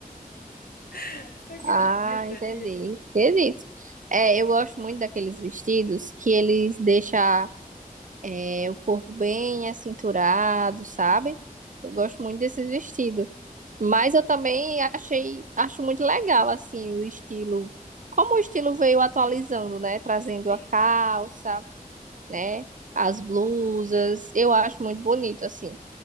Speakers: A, on the left; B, on the right.
A: <laughs> Você acredita
B: Ah, entendi.
A: nisso?
B: Acredito. É, eu gosto muito daqueles vestidos que eles deixam É, o corpo bem acinturado, sabe?
A: Uhum.
B: Eu gosto muito desses vestidos. Mas eu também achei, acho muito legal, assim, o estilo. Como o estilo veio atualizando, né? Trazendo
A: Sim.
B: a calça, né? As blusas. Eu acho muito bonito, assim.